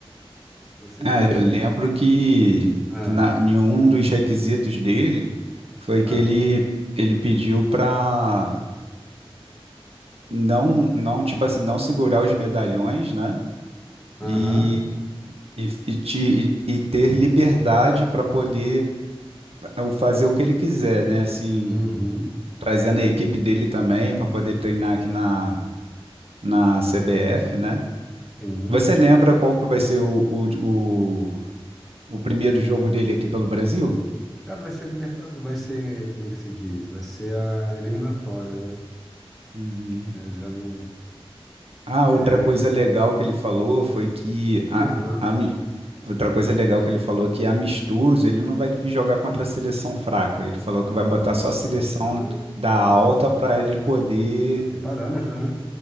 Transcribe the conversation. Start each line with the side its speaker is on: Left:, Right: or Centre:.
Centre: ou se ele
Right: Ah,
Centre: acha.
Right: eu lembro que,
Centre: Ah,
Right: que na, em um dos requisitos dele foi
Centre: ah,
Right: que ele, ele pediu para não, não, tipo assim, não segurar os medalhões, né? E,
Centre: aham,
Right: e, e, te- e- e ter liberdade para poder pa- fazer o que ele quiser, né? Assim,
Centre: uhum,
Right: trazendo a equipe dele também para poder treinar aqui na, na CBF, né?
Centre: sim.
Right: Você lembra qual que vai ser o, o, o, o primeiro jogo dele aqui pelo Brasil?
Centre: Cara, vai ser liberta... vai ser, como é que se diz? Vai ser a eliminatória, né?
Right: Uhum.
Centre: Eu já não.
Right: Ah, outra
Centre: É,
Right: coisa legal que ele falou foi que a,
Centre: aham,
Right: ami- outra coisa legal que ele falou que amistoso, ele não vai que jogar contra a seleção fraca. Ele falou que vai botar só a seleção
Centre: caramba,
Right: da alta
Centre: bom,
Right: para ele poder
Centre: vai ter parâmetro, né?